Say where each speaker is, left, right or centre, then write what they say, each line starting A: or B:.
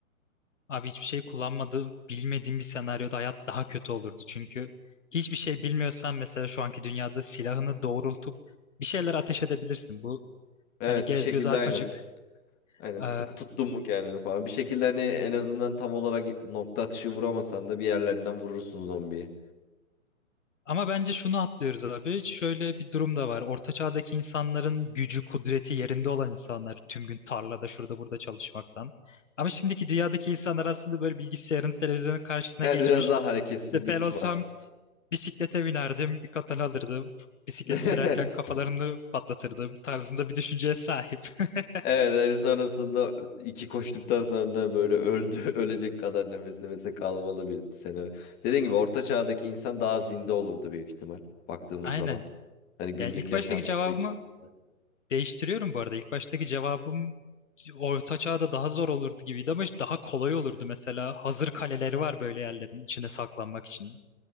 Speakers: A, on the left (about 60°); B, on the left (about 20°).
A: Abi hiçbir şey kullanmadığım, bilmediğim bir senaryoda hayat daha kötü olurdu. Çünkü hiçbir şey bilmiyorsan mesela şu anki dünyada silahını doğrultup bir şeyler ateş edebilirsin. Bu
B: Evet
A: hani gez
B: bir şekilde
A: göz arpacık.
B: aynen. Aynen sıkı
A: Ee,
B: tuttun mu kendini falan. Bir şekilde hani en azından tam olarak nokta atışı vuramasan da bir yerlerinden vurursun zombiyi.
A: Ama bence şunu atlıyoruz abi. Şöyle bir durum da var. Orta çağdaki insanların gücü, kudreti yerinde olan insanlar tüm gün tarlada şurada burada çalışmaktan. Ama şimdiki dünyadaki insanlar aslında böyle bilgisayarın, televizyonun karşısına
B: Evet
A: geçmiş.
B: biraz daha hareketsizlik
A: İşte ben olsam
B: var.
A: bisiklete binerdim, bir katana alırdım. Bisiklet
B: <laughs>
A: sürerken kafalarını patlatırdım tarzında bir düşünceye sahip. <laughs>
B: Evet hani sonrasında iki koştuktan sonra böyle öldü <laughs> ölecek kadar nefes nefese kalmalı bir senaryo. Dediğim gibi orta çağdaki insan daha zinde olurdu büyük ihtimal baktığımız
A: Aynen.
B: zaman. Hani günlük
A: Yani ilk
B: yaşantısı
A: baştaki cevabımı
B: içerisinde.
A: Değiştiriyorum bu arada. İlk baştaki cevabım Orta Çağ'da daha zor olurdu gibiydi ama işte daha kolay olurdu mesela. Hazır kaleleri var böyle yerlerin içine saklanmak için.